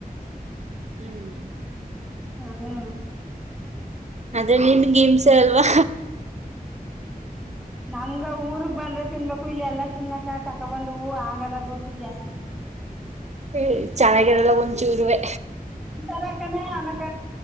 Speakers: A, on the right; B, in the centre.
A: ಹ್ಮ್
B: <unintelligible> ಹ್ಮ
A: ಅದೇ ನಿನ್ಗೆ ಹಿಂಸೆ ಅಲ್ವಾ
B: ನಮ್ಗ ಊರ್ಗ್ ಬಂದ್ರೆ ತಿನ್ಬೇಕು ಇಲ್ಲ ಎಲ್ಲಾ ತಿನ್ನಕ ತಕೊಬಂದ್ ಹೂ ಆಗಲ್ಲದು ದುಡ್ಡು ಜಾಸ್ತಿ
A: ಹ್ಮ ಚೆನ್ನಾಗಿರಲ್ಲ ಒಂಚೂರ್ರುವೆ
B: ಒರಕನ ಅನಕ